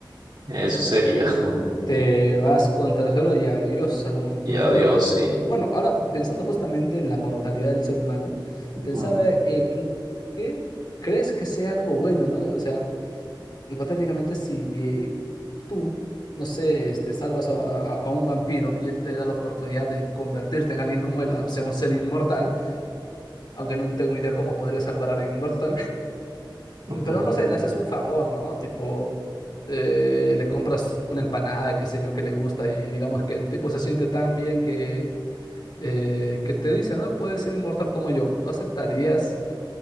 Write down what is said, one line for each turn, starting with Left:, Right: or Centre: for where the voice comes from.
Right: eso sería. <laughs>
Left: Te vas contra el suelo y adiós al mundo.
Right: Y adiós,
Left: Pero
Right: sí.
Left: bueno, ahora pensando justamente en la mortalidad del ser humano,
Right: Ujú,
Left: pensaba en qué crees que sea algo bueno, ¿no? O sea, hipotéticamente si eh, tú, no sé, este, salvas a, a- a un vampiro y él te da la oportunidad de convertirte en alguien como él, o sea, un ser inmortal, aunque no tengo idea cómo podría salvar a alguien inmortal,
Right: ujú.
Left: Mm, Pero no sé, le haces un favor, ¿no? Tipo, eh, le compras una empanada, qué sé yo, que le gusta y digamos que el tipo se siente tan bien que, eh, que te dice, no, puedes ser inmortal como yo. ¿Tú aceptarías